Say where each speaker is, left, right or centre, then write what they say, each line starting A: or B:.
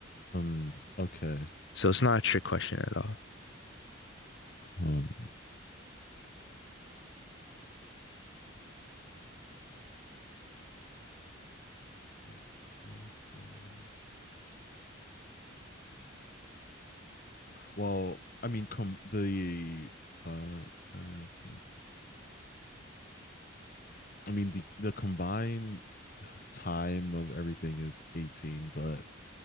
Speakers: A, on the left; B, on the left.
A: um, okay.
B: So it's not a trick question at all.
A: Um, five, ten, five. Well, I mean, come the five, ten, five. I mean, the the combined time of everything is 18, but